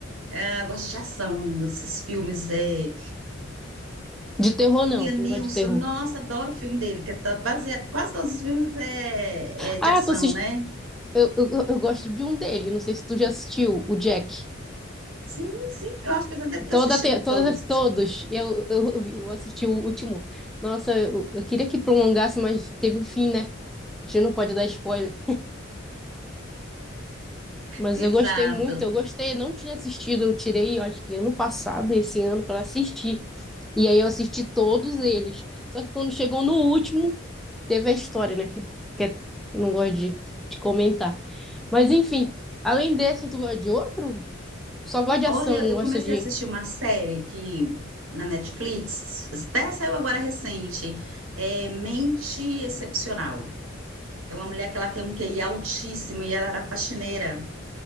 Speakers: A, on the right; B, in the centre.
A: Eh, gosto de ação, esses filmes. É,
B: De terror, não,
A: Lianilson,
B: tu não gosta de terror.
A: nossa, adoro o filme dele, que é tá baseado, quase todos os filmes é, é de
B: Ah,
A: ação,
B: tu assist...
A: né?
B: eu, eu, eu- eu gosto de um dele, não sei se tu já assistiu, o Jack.
A: Sim, sim, eu acho que eu já devo ter
B: Toda
A: assistido
B: te... Todas,
A: todos.
B: as- todos, eu, eu, eu vi- eu assisti o último. Nossa, eu, eu queria que prolongasse, mas teve o fim, né? A gente não pode dar spoiler. Mas
A: Exato.
B: eu gostei muito,
A: <laughs>
B: eu
A: Exato.
B: gostei, eu não tinha assistido, eu tirei, eu acho que ano passado, esse ano, para assistir. E aí eu assisti todos eles. Só que quando chegou no último, teve a história, né? Que, que é- eu não gosto de, de comentar. Mas enfim, além desse, tu gosta de outro? Só gosta de
A: Olha,
B: ação, não
A: eu
B: gosta
A: comecei
B: de.
A: a assistir uma série que na Netflix, até saiu agora recente, é Mente Excepcional. É uma mulher que ela tem um QI altíssimo e ela era faxineira